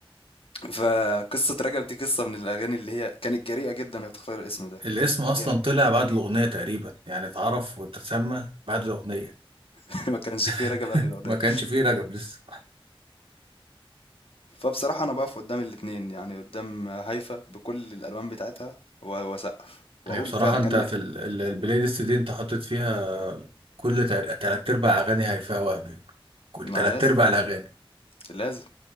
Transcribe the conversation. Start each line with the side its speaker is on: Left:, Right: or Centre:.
Left: فقصة رجب دي قصة من الأغاني اللي هي كانت جريئة جدا وهي بتختار الاسم ده
Right: الاسم اصلا
Left: وجا-
Right: طلع بعد الاغنيه تقريبا يعني اتعرف واتسمى بعد الاغنيه
Left: <laughs> ما كانش فيه
Right: <laughs>
Left: رجب قبل الأغنية
Right: ما كانش فيه رجب لسه
Left: فبصراحة أنا بقف قدام الاتنين يعني قدام هايفا بكل الألوان بتاعتها و- وأسقف وأقول
Right: هي بصراحة
Left: فعلا
Right: انت
Left: كان
Right: في ال- ال- البلاي ليست دي انت حاطط فيها كل تل- تلات ارباع اغاني هيفاء وهبي كل
Left: ما
Right: تلات
Left: لازم
Right: ارباع الاغاني
Left: لازم